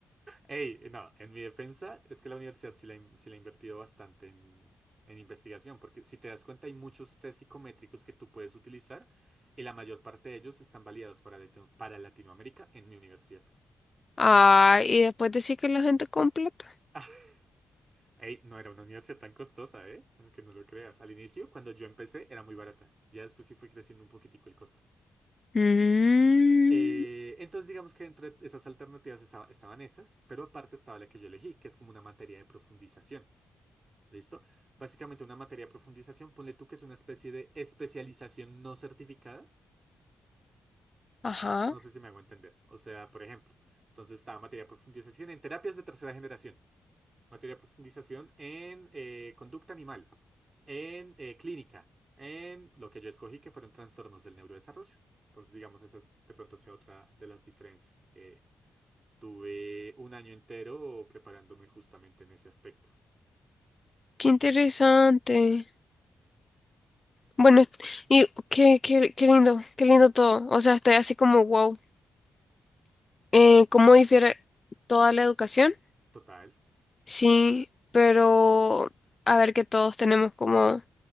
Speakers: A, on the right (about 40°); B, on the left (about 35°).
A: Ey, no, en mi defensa es que la universidad sí la, in- sí la ha invertido bastante en, en investigación, porque si te das cuenta hay muchos test psicométricos que tú puedes utilizar y la mayor parte de ellos están validados para, Latino- para Latinoamérica en mi universidad.
B: Ay, y después decís que la gente con plata.
A: <laughs> Ey, no era una universidad tan costosa, ¿eh? Aunque no lo creas. Al inicio, cuando yo empecé, era muy barata. Ya después sí fue creciendo un poquitico el costo.
B: Mm,
A: Eh, entonces, digamos que entre esas alternativas esa- estaban esas, pero aparte estaba la que yo elegí, que es como una materia de profundización. ¿Listo? Básicamente una materia de profundización, ponle tú que es una especie de especialización no certificada.
B: ajá.
A: No sé si me hago entender. O sea, por ejemplo, entonces estaba materia de profundización en terapias de tercera generación, materia de profundización en eh, conducta animal, en eh, clínica, en lo que yo escogí que fueron trastornos del neurodesarrollo. Entonces, digamos, esa de pronto sea otra de las diferencias. Eh, tuve un año entero preparándome justamente en ese aspecto.
B: Qué interesante. Bueno, est- y qué, qué, qué lindo, qué lindo todo. O sea, estoy así como wow. Eh, ¿cómo difiere toda la educación?
A: Total,
B: Sí, pero a ver que todos tenemos como